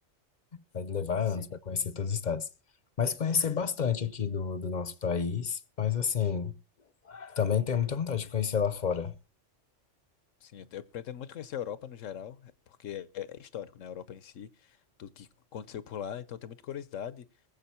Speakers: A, on the left; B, on the left.
A: Vai levar
B: Sim,
A: anos para conhecer todos os estados. Mas conhecer bastante aqui do, do nosso país. Mas assim, também tenho muita vontade de conhecer lá fora.
B: sim. Eu, eu pretendo muito conhecer a Europa no geral, é, porque é, é histórico, né? A Europa em si, tudo que aconteceu por lá, então eu tenho muita curiosidade.